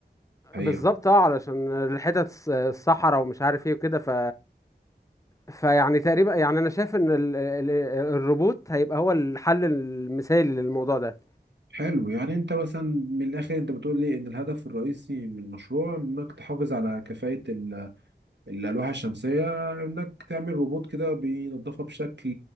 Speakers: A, on the right (about 75°); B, on the left (about 20°).
A: حقيقه
B: بالظبط اه علشان الحتت الص- الصحراء ومش عارف ايه وكده ف فيعني تقريبا يعني انا شايف ان ال... ال- الروبوت هيبقى هو الحل المثالي للموضوع ده
A: حلو يعني انت مثلا من الاخر انت بتقول لي ان الهدف الرئيسي من المشروع انك تحافظ على كفاءه ال- الالواح الشمسيه انك تعمل روبوت كده بينظفها بشكل